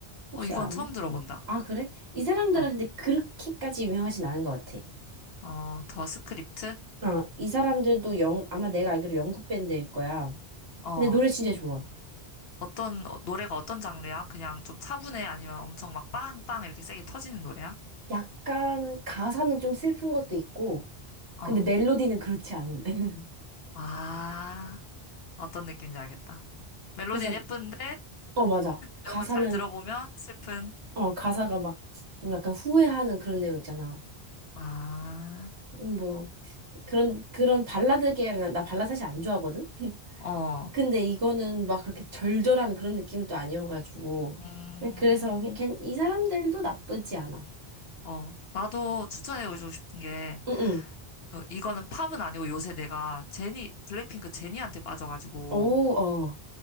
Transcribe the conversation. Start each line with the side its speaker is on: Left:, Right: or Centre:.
Right: 혹시
Left: 어, 이건
Right: 아나?
Left: 처음 들어본다.
Right: 아, 그래? 이 사람들은
Left: 어,
Right: 근데 그렇게까지 유명하진 않은 것 같아.
Left: 어, 더 스크립트?
Right: 어, 이 사람들도 영, 아마 내가 알기로 영국 밴드일 거야.
Left: 어,
Right: 근데 노래 진짜 좋아.
Left: 어떤, 어, 노래가 어떤 장르야? 그냥 좀 차분해? 아니면 엄청 막 빵빵 이렇게 세게 터지는 노래야?
Right: 약간 가사는 좀 슬픈 것도 있고,
Left: 어,
Right: 근데 멜로디는 그렇지 않은. <laughs>
Left: 아, 어떤 느낌인지 알겠다. 멜로디는
Right: 그래서,
Left: 예쁜데
Right: 어, 맞아. 가사는,
Left: 내용은 잘 들어보면 슬픈.
Right: 어, 가사가 막 좀 약간 후회하는 그런 내용 있잖아.
Left: 아,
Right: 음, 뭐 그런 그런 발라드 계열은 나, 나 발라드 사실 안 좋아하거든. <laughs>
Left: 어,
Right: 근데 이거는 막 그렇게 절절한 그런 느낌은 또 아니어가지고
Left: 음,
Right: 네, 그래서 걘, 이 사람들도 나쁘지 않아.
Left: 어. 나도 추천해주고 싶은 게,
Right: 응응.
Left: 그, 이거는 팝은 아니고 요새 내가 제니, 블랙핑크 제니한테 빠져가지고,
Right: 오, 어.